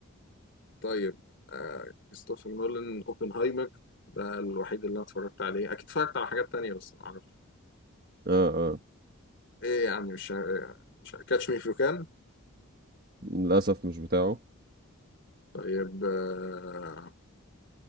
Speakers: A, on the left; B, on the right.
A: طيب آه كريستوفر نولان اوبنهايمر ده الوحيد اللي انا اتفرجت عليه اكيد اتفرجت على حاجات تانية بس ما اعرفش
B: آه آه
A: ايه يعني مش مش كاتش مي فيو كان
B: للأسف مش بتاعه
A: طيب آه